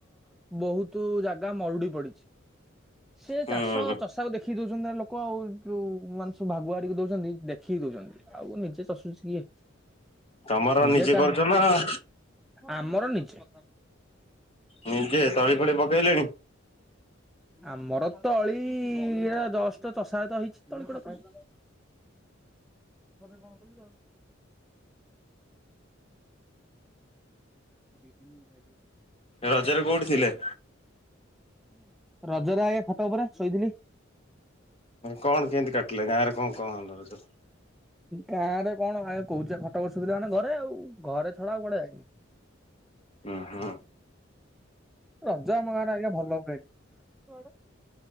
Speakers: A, in the centre; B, on the left (about 30°).
A: ବହୁତ ଜାଗା ମରୁଡି ପଡିଛି। ସେ
B: ହୁଁ
A: ଚାଷ ଚଷାକୁ ଦେଖି ଦେଖି ଦଉଛନ୍ତି ଲୋକ ଆଉ ଯୋଉ ମାନସ ଭାଗୁ ଆଡିକି ଦଉଛନ୍ତି ଦେଖିକି ଦଉଛନ୍ତି। ଆଉ ନିଜେ ଚଷୁଛି କିଏ?
B: ତମର
A: ନିଜେ କାହା
B: କରୁଛ ନା
A: ଆମର ନିଜେ
B: ନିଜେ ତଳି ଫଳି ପକେଇଲେଣି
A: ଆମର ତଳି ଜଷ୍ଟ ଚଷା ତ ହେଇଛି ତଳି କରେ ଘରେ କଣ କରୁଚ?
B: ହ <inaudible>
A: ଦି ଦିନ୍ ଖାଇକୀ
B: ରଜରେ କୋଉଠି ଥିଲେ?
A: ରଜରେ ଆଜ୍ଞା ଖଟ ଉପରେ ଶୋଇଥିଲି।
B: କଣ କେମିତି କାଟିଲେ ଗାଁ ରେ କଣ କଣ ହେଲା ରଜରେ?
A: ଗାଁ ରେ କଣ ଆଜ୍ଞା କହୁଚି ପା ଖଟ ଉପରେ ଶୋଇଥିଲି ମାନେ ଘରେ ଆଉ। ଘରେ ଛଡା ଆଉ କୁଆଡେ ଯାଇନି।
B: ହ ହଁ।
A: ରଜା ଆମ ଗାଁରେ ଆଜ୍ଞା ଭଲ ହୁଏନି।